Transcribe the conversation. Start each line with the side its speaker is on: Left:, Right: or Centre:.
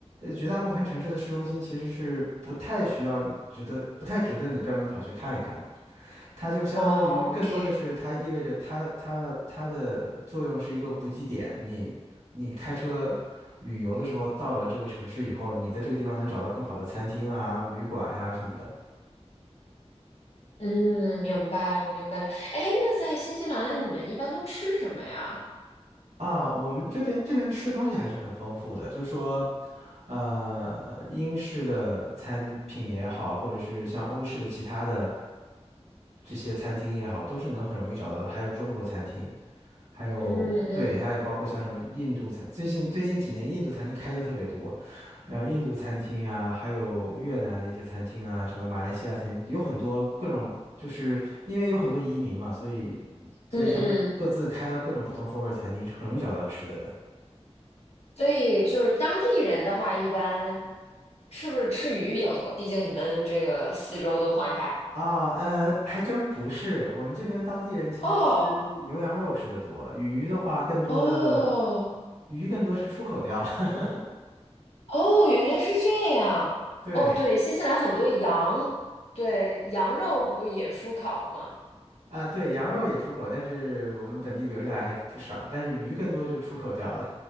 Right: 绝大部分城市的市中心其实是不太需要你值得，不太值得你专门跑去看一看的。它就相当于更多的是它意味着它它它的作用是一个补给点。
Left: 哦，OK，
Right: 你你开车旅游的时候到了这个城市以后，你在这个地方能找到更好的餐厅啊、旅馆呀、什么的
Left: 嗯，明白了，明白了。哎，那在新西兰你们一般都吃什么呀？
Right: 啊。我们这边这边吃的东西还是很丰富的，就是说呃，英式的餐品也好，或者是像欧式的其他的这些餐厅也好，都是能很容易找到的。还有中国餐厅，还有对，
Left: 嗯
Right: 还有包括像什么印度餐，
Left: 嗯
Right: 最近最近几年印度餐厅开的特别多，然后印度餐厅啊，还有越南的一些餐厅啊，什么马来西亚餐厅，有很多各种，就是因为有很多移民嘛，所以所以他们各自开了各种不同风味儿的餐厅，
Left: 嗯嗯，
Right: 是很容易找到吃的的。
Left: 所以就是当地人的话，一般是不是吃鱼比较多？毕竟你们这个四周都环海。
Right: 啊，呃，还真不是。我们这边当地人其实吃牛羊肉吃的多，
Left: 哦
Right: 鱼的话更多的
Left: 哦
Right: 鱼更多是出口掉了。<laughs>
Left: 哦，原来是这样。
Right: 对。
Left: 哦，对，新西兰很多羊，对，羊肉不是也出口吗？
Right: 啊，对，羊肉也出口，但是我们本地留下来还不少，但是鱼更多就出口掉了。